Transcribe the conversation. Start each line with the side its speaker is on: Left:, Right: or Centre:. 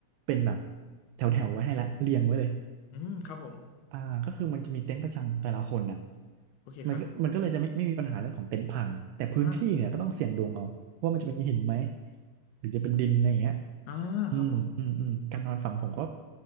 Right: เป็นแบบแถวแถวไว้ให้แล้วเรียงไว้เลย
Left: อืมครับผม
Right: อ่าก็คือมันจะมีเต็นท์ประจำแต่ละคนน่ะ
Left: โอเคครับ
Right: มันก็มันก็เลยจะไม่ไม่มีปัญหาเรื่องของเต็นท์พังแต่พื้นที่เนี่ยก็ต้องเสี่ยงดวงเอาว่ามันจะเป็นหินไหม
Left: อ่า
Right: หรือจะเป็นดินอะไรอย่างเงี้ย
Left: อ่าครับผม
Right: อืมอืมอืมการนอนฝั่งผมก็